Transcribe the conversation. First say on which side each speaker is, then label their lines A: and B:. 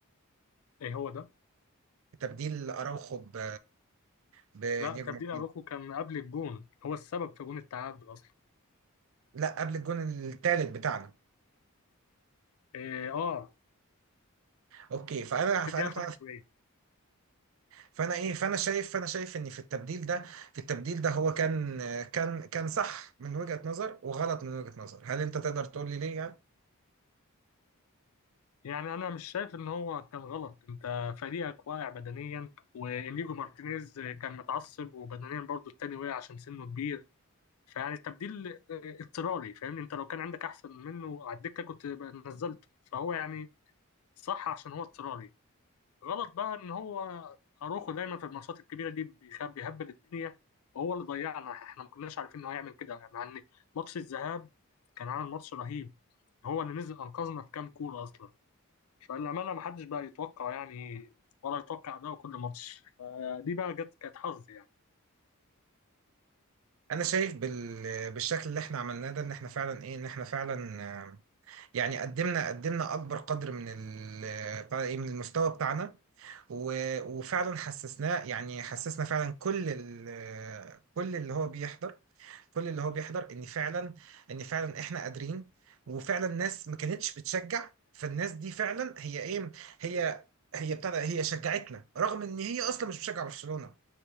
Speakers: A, on the left (about 75°); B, on the right (about 60°).
A: ايه هو ده
B: تبديل اراوخو ب بنياجو
A: لا تبديل
B: مارتينيز
A: اروخو كان قبل الجون هو السبب في جون التعادل اصلا
B: لا قبل الجون الثالث بتاعنا
A: إيه اه
B: اوكي فانا
A: في
B: فانا
A: الدقيقه 75
B: بتاع فانا ايه فانا شايف فانا شايف ان في التبديل ده في التبديل ده هو كان كان كان صح من وجهة نظر وغلط من وجهة نظر هل انت تقدر تقول لي ليه يعني
A: يعني انا مش شايف ان هو كان غلط انت فريقك واقع بدنيا وانيجو مارتينيز كان متعصب وبدنيا برضه التاني وقع عشان سنه كبير فيعني التبديل آه، اضطراري فاهمني انت لو كان عندك احسن منه على الدكه كنت بقى نزلته فهو يعني صح عشان هو اضطراري غلط بقى ان هو اروخو دايما في الماتشات الكبيره دي بيخاب بيهبل الدنيا وهو اللي ضيعنا احنا ما كناش عارفين ان هو هيعمل كده يعني مع ان ماتش الذهاب كان عامل ماتش رهيب هو اللي نزل انقذنا في كام كوره اصلا فالأمانة محدش بقى يتوقع يعني ولا يتوقع ده كل ماتش فدي بقى جت كانت حظ يعني
B: انا شايف بال... بالشكل اللي احنا عملناه ده ان احنا فعلا ايه ان احنا فعلا آه، يعني قدمنا قدمنا اكبر قدر من ال... بتاع ايه من المستوى بتاعنا و... وفعلا حسسناه يعني حسسنا فعلا كل ال... كل اللي هو بيحضر كل اللي هو بيحضر ان فعلا ان فعلا احنا قادرين وفعلا الناس ما كانتش بتشجع فالناس دي فعلا هي ايه هي هي ابتدى هي شجعتنا رغم ان هي اصلا مش بتشجع برشلونة